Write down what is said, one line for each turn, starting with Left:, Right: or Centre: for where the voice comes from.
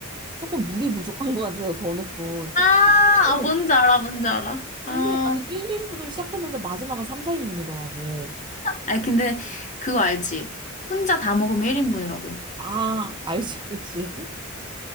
Right: 조금 물이 부족한 것 같아서 더 넣고 조금
Left: 아,
Right: 어,
Left: 아, 뭔지 알아, 뭔지 알아. 아,
Right: 분명히 나는 1, 인분을 시작했는데 마지막은 3, 4인분이더라고.
Left: 아니, 근데 그거 알지? 혼자 다 먹으면 1인분이라고.
Right: 아, 알지, 알지.